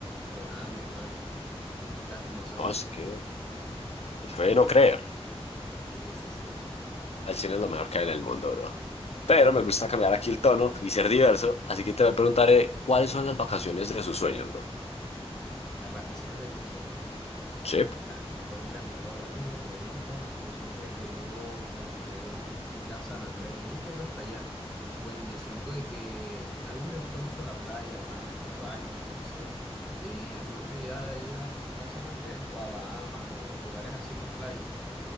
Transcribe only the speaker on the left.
No, es que Fue
de no creer.
El cine es lo mejor que hay en el mundo, bro. Pero
me gusta cambiar aquí el tono y ser diverso, así que te preguntaré cuáles son las vacaciones de sus sueños, bro.
Chip.